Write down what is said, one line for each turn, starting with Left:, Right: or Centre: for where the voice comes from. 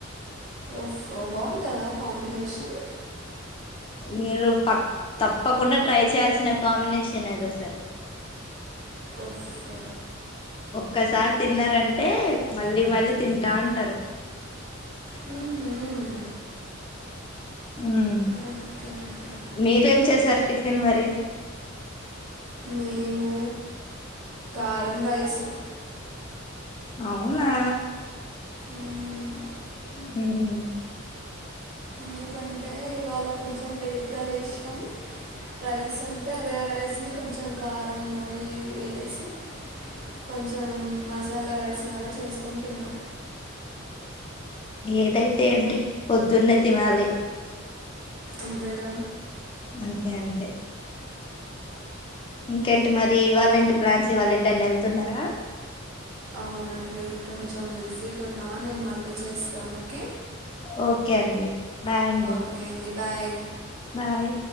Right: ఒఫో బాగుంటుందా కాంబినేషన్
Left: మీరు త తప్పకుండా ట్రై చేయాల్సిన కాంబినేషన్ అది అసలు
Right: ఓ ఫో
Left: ఒక్కసారి తిన్నారంటే మళ్ళీ మళ్ళీ తింటా అంటరు
Right: హు హ్మ్
Left: హ్మ్
Right: ఓకే ఓకే
Left: మీరేం చేశారు టిఫిన్ మరి
Right: మేము గరమ్ రైసు
Left: అవునా
Right: మ్మ్.
Left: హ్మ్
Right: ఎందుకంటే ఇవాళ కొంచెం లేట్గా లేచినం రైస్ ఉంటే అదే రైస్ని కొంచం కారం అవి ఇవి ఎసి కొంచం మసాలా రైస్ లాగా చేసుకొని తిన్నం
Left: ఏదైతే ఏంటి పొద్దున్నే తినాలి.
Right: అంతేగా
Left: అంతే అంతే ఇంకేంటి మరి ఇవలేంటి
Right: ఓ
Left: ప్లాన్స్ ఇవాళ ఎటైనా వెళ్తున్నరా
Right: అవునండి కొంచం బిజీగా ఉన్నా నేను మళ్ళీ చేస్తాను ఓకే
Left: ఓకే అండి బాయ్ అండి
Right: ఓకే అండి బాయ్
Left: బాయ్